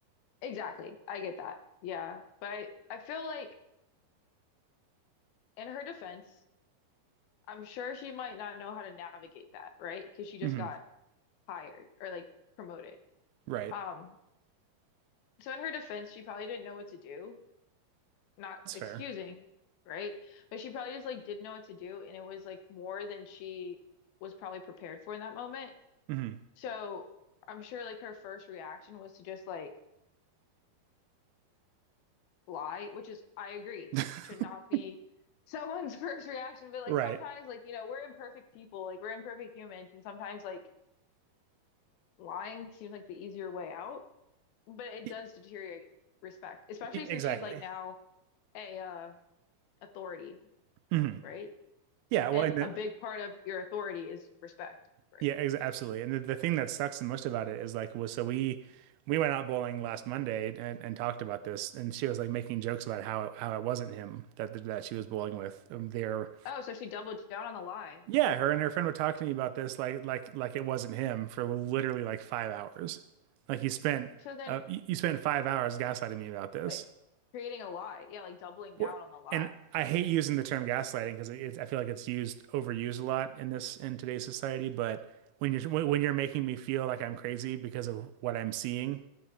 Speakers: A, on the left; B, on the right.
A: exactly, I get that. Yeah, but I, I feel like in her defense. I'm sure she might not know how to navigate that, right? Because she just
B: hmm
A: got hired or like promoted.
B: Right.
A: Um, so in her defense, she probably didn't know what to do, not
B: That's
A: excusing,
B: fair.
A: right? But she probably just like didn't know what to do, and it was like more than she was probably prepared for in that moment.
B: hmm
A: So I'm sure like her first reaction was to just like lie, which is I agree,
B: <laughs>
A: should not be someone's <laughs> first reaction, but like
B: Right.
A: sometimes like you know, we're imperfect people, like we're imperfect humans, and sometimes like lying seems like the easier way out, but it
B: Y-
A: does deteriorate respect, especially
B: y-
A: since
B: Exactly.
A: she's like now a uh authority,
B: hmm
A: right?
B: Yeah. Well,
A: And
B: and the,
A: a big part of your authority is respect, right?
B: Yeah, ex absolutely. And the, the thing that sucks the most about it is like, was so we we went out bowling last Monday and, and talked about this, and she was like making jokes about how it, how it wasn't him that that she was bowling with. Um, They're
A: Oh, so she doubled down on the lie.
B: yeah, her and her friend were talking to me about this like like like it wasn't him for literally like five hours. Like you spent
A: So then
B: uh you you spent five hours gaslighting me about this.
A: like creating a lie. Yeah, like doubling
B: What?
A: down on the lie.
B: And I hate using the term gaslighting because it, it's I feel like it's used overused a lot in this in today's society. But when you're when, when you're making me feel like I'm crazy because of what I'm seeing